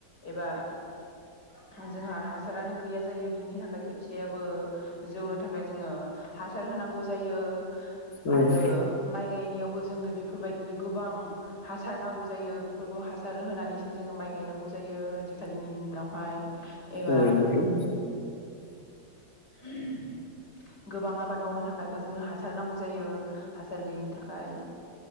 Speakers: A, on the left; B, on the left.
A: एबा जोंहा हासारानो गैया जायो बिनि थाखाय थियाबो जौनो थाखाय जोङो हासार होनांगौ जायो।
B: औ
A: आरो
B: औ
A: माइ गायनायावबो जोंनो बेफोरबायद बिदिनो गोबां हासार नांगौ जायो फोरखौ हासार होनानैसो जोङो माइ गायनांगौ जायो आजिखालिनि दिनावहाय एबा
B: नंगौ औ नंगौ
A: <unintelligible> गोबां आबाद मावनो थाखायबो जोंनो हासार हासार गैयिनि थाखाय